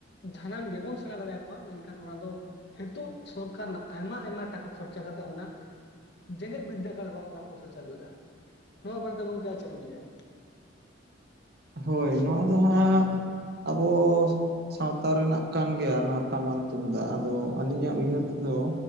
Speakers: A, on the left; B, on the right.
A: ᱥᱟᱱᱟᱢ ᱜᱮᱵᱚᱱ ᱥᱮᱬᱟ ᱫᱟᱲᱮᱭᱟ ᱠᱚᱣᱟ ᱢᱮᱱᱠᱷᱟᱱ ᱚᱱᱟ ᱫᱚ ᱦᱤᱛᱳᱜ ᱥᱚᱨᱠᱟᱨ ᱨᱮᱱᱟᱜ ᱟᱭᱢᱟ ᱟᱭᱢᱟ ᱴᱟᱠᱟ ᱠᱷᱚᱨᱪᱟ ᱠᱟᱛᱮ ᱚᱱᱟ ᱡᱮᱜᱮᱛ ᱵᱤᱫᱽᱫᱟᱹᱜᱟᱲ ᱠᱷᱚᱱ ᱚᱱᱟ ᱠᱳᱨᱥ ᱮ ᱪᱟᱹᱞᱩᱭᱮᱜ-ᱟ, ᱱᱚᱣᱟ ᱵᱟᱨᱮᱛᱮ ᱜᱚᱝᱠᱮ ᱟᱢ ᱪᱮᱫ ᱮᱢ ᱞᱟᱹᱭᱟ?
B: ᱦᱳᱭ ᱱᱚᱣᱟ ᱫᱚ ᱦᱟᱸᱜ ᱟᱵᱚ ᱥᱟᱶᱛᱟ ᱨᱮᱱᱟᱜ ᱠᱟᱱ ᱜᱮᱭᱟ ᱱᱚᱣᱟ ᱴᱟᱢᱟᱠ ᱛᱩᱢᱫᱟᱜ, ᱟᱫᱚ ᱟᱹᱞᱤᱧᱟᱜ ᱩᱭᱦᱟᱹᱨ ᱛᱮᱫᱚ